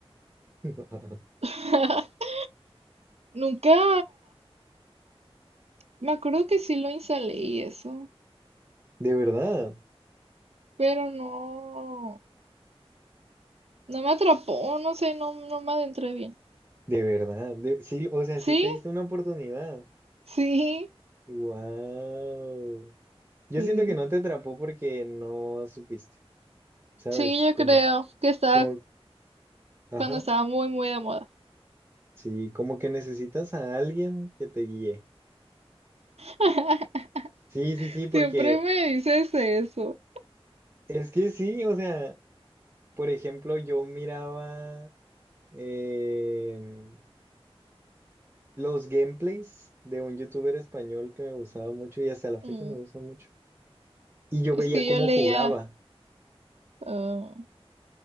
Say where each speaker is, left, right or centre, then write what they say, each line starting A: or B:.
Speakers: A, on the right; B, on the right.
A: <laughs>
B: <laughs> Nunca. Me acuerdo que sí lo instalé y eso,
A: De verdad,
B: pero no. No me atrapó, no sé, no, no me adentré bien.
A: de verdad. de- sí, o sea,
B: ¿Sí?
A: sí te diste una oportunidad.
B: Sí,
A: Wow. Yo
B: sí.
A: siento que no te atrapó porque no supiste, ¿sabes?
B: Sí, yo
A: Como,
B: creo que estaba
A: como, ajá.
B: cuando estaba muy, muy de moda.
A: Sí, como que necesitas a alguien que te guíe.
B: <laughs>
A: Sí, sí, sí, porque
B: Siempre me dices eso.
A: es que sí, o sea, por ejemplo, yo miraba em, los gameplays de un youtuber español que me gustaba mucho y hasta la fecha
B: Mm,
A: me gusta mucho. Y yo
B: Es
A: veía
B: que
A: cómo
B: yo leía,
A: jugaba.
B: ah,